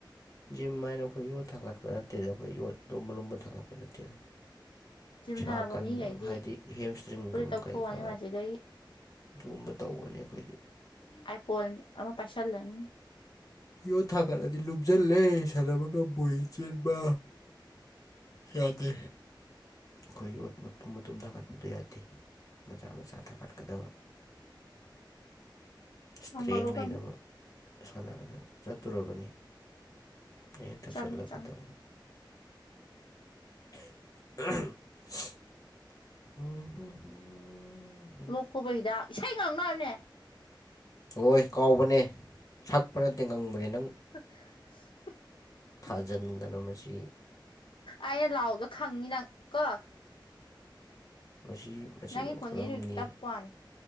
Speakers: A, on the left (about 40°); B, on the left (about 80°).
A: ꯖꯤꯝ ꯍꯥꯏꯅ ꯑꯩꯈꯣꯏ ꯌꯣꯠ ꯊꯥꯒꯠꯄꯗ ꯅꯠꯇꯦꯗ ꯑꯩꯈꯣꯏ ꯌꯣꯠꯇꯣ ꯂꯨꯝꯕ ꯂꯨꯝꯕ ꯊꯪꯒꯠꯄ ꯅꯠꯇꯦꯗ
B: ꯖꯤꯝ
A: ꯏꯁꯥ
B: ꯁꯥꯟꯅꯕ
A: ꯀꯟꯅꯕ
B: ꯃꯤꯈꯩꯗꯤ
A: ꯍꯥꯏꯗꯤ ꯍꯦꯝ ꯏꯁꯇ꯭ꯔꯤꯡꯒ
B: ꯐꯨꯔꯤꯠ ꯂꯧꯊꯣꯛꯑꯅꯤ
A: ꯀꯩꯀꯥ
B: ꯃꯁꯤꯗꯩ
A: ꯑꯗꯨꯒꯨꯝꯕ ꯇꯧꯕꯅꯤ ꯐꯔ
B: ꯑꯥꯏ ꯐꯣꯟ ꯑꯃ ꯄꯩꯁꯜꯂꯅꯤ
A: ꯌꯣꯠ ꯊꯥ ꯀꯠꯂꯗꯤ ꯂꯨꯝꯁꯤꯜꯂꯦ ꯁꯥꯟꯅꯕꯒ ꯃꯣꯏꯌꯦ ꯆꯦꯟꯕ ꯌꯥꯗꯦ꯫ ꯑꯈꯣꯏ ꯌꯣꯠ ꯃꯇꯨꯝ-ꯃꯇꯨꯝ ꯊꯥꯒꯠꯄꯗꯨ ꯌꯥꯗꯦ ꯃꯆꯥ-ꯃꯆꯥ ꯊꯥꯡꯒꯠꯀꯗꯕ꯫ ꯏꯁ꯭ꯇ꯭ꯔꯦꯡ
B: ꯃꯪꯒꯜꯂꯣ
A: ꯂꯩꯅꯕ
B: ꯀꯩꯅꯣ
A: ꯁꯥꯟꯅꯒꯗꯕ ꯆꯠꯇꯨꯔꯕꯅꯤ꯫ ꯑꯩ ꯍꯟꯗꯛ
B: ꯆꯠꯂꯦ
A: ꯆꯠꯂꯒꯦ
B: ꯆꯠꯂꯦ
A: ꯇꯧꯕꯅꯤ꯫ <unintelligible> <unintelligible>
B: ꯂꯣꯛꯈꯨꯕ ꯍꯤꯗꯥꯛ ꯏꯁꯩ ꯉꯥꯡꯅꯅꯦ꯫
A: ꯍꯣꯏ ꯀꯥꯎꯕꯅꯦ ꯁꯛꯄ ꯅꯠꯇꯦ ꯉꯪꯕꯅꯦ ꯅꯪ
B: <unintelligible>
A: ꯊꯥꯖꯟꯗꯅ ꯃꯁꯤ
B: ꯑꯩꯅ ꯂꯥꯎꯕꯗ ꯈꯪꯉꯤ ꯅꯪ ꯀꯣ꯫
A: ꯃꯁꯤ ꯃꯁꯤ
B: ꯅꯪꯒꯤ
A: ꯅꯪ
B: ꯈꯣꯟꯖꯦꯜꯗꯨꯗꯤ
A: ꯈꯪꯑꯝꯅꯤ꯫
B: ꯇꯞꯄ ꯋꯥꯅꯤ